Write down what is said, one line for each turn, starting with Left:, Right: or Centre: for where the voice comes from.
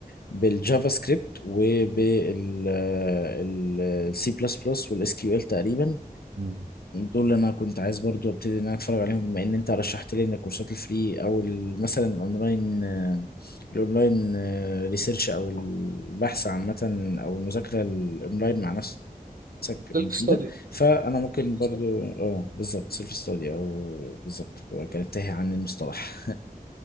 Left: بالجافا سكريبت وبالسي بلس بلس والاس كيو ال تقريبا
Right: مم.
Left: دول اللي انا كنت عايز برضو ابتدي ان انا اتفرج عليهم بما ان انت رشحت لي ان الكورسات الفري او ال- مثلا الاونلاين الاونلاين ريسيرش او البحث عامة او المذاكرة الاونلاين مع نفسك نفسك
Right: سيلف
Left: مفيده
Right: ستادي
Left: فانا ممكن برضو اه بالظبط سيلف ستادي او بالظبط كانت تاهي عن المصطلح